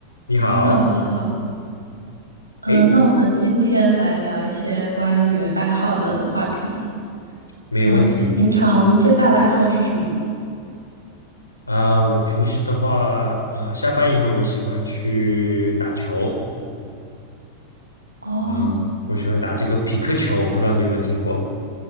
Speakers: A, on the left (about 80°); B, on the right (about 85°).
A: 你好，
B: 好，你好，嗯，
A: 诶，
B: 那我们今天来聊一些关于爱好的话题。
A: 没有问题。
B: 嗯，平常最大的爱好是什么呢？
A: 啊、我平时的话，呃，下班以后我喜欢去打球。
B: 哦，
A: 嗯、我喜欢打这个匹克球，我不知道你有没有听过。